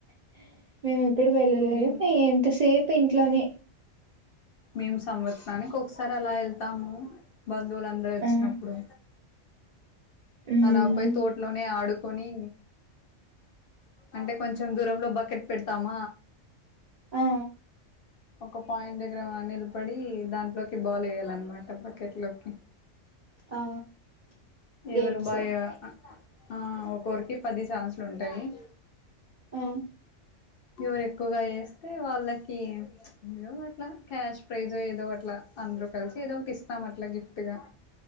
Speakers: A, on the right; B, on the left.
A: <inaudible> మేము ఎప్పుడు వెళ్ళలేదు.
B: మేము
A: హే ఎంతసేపు ఇంట్లో ఇంట్లో నే
B: మేము సంవత్సరానికి ఒకసారి అలా వెళ్తాము. బంధువులు అందరూ వచ్చినప్పుడు
A: ఆ ఉమ్
B: అలా పోయి తోటలోనే ఆడుకొని అంటే కొంచ్ చన దూరంలో బకెట్ పెట్ తమ
A: ఆ
B: ఒక పాయింట్ దగ్గర నిలబడి దాంట్లోకి బాల్ వేయాలన్నమాట బకెట్ లోకి
A: ఆ గేమ్స్
B: ఎవరు బాయ ఆ ఒక్కోరికి పది సాన్సులు ఉంటాయ్. ఏ
A: ఆ
B: ఎవరు ఎక్కువగా వేస్తే వాళ్ళకి ఏదో, అట్లా క్యాష్ ప్రైజ్ ఏదో అట్లా అందరు కలిసి, ఏదో ఒకటి ఇస్తాం. అట్లా గిఫ్ట్గా